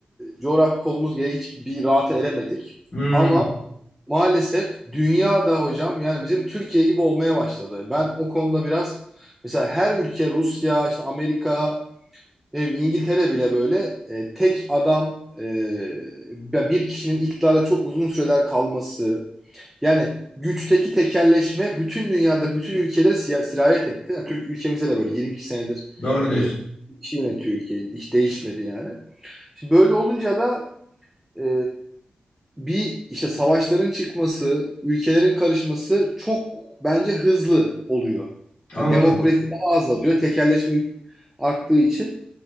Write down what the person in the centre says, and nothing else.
coğrafi kolumuz gereği hiçbir rahata eremedik.
Ama maalesef dünyada hocam yani bizim Türkiye gibi olmaya başladı. Ben o konuda biraz mesela her ülke Rusya, işte Amerika, ne bileyim İngiltere bile böyle e, tek adam e, bir kişinin iktidarda çok uzun süreler kalması yani güçteki tekelleşme bütün dünyada, bütün ülkelere siya- sirayet etti. Yani Türk ülkemize de böyle 22 senedir
e,
kişi yönetiyor ülkeyi. Hiç değişmedi yani. Şimdi böyle olunca da e, bir işte savaşların çıkması, ülkelerin karışması çok bence hızlı oluyor.
Yani demokrasi daha azalıyor. Tekelleşme arttığı için.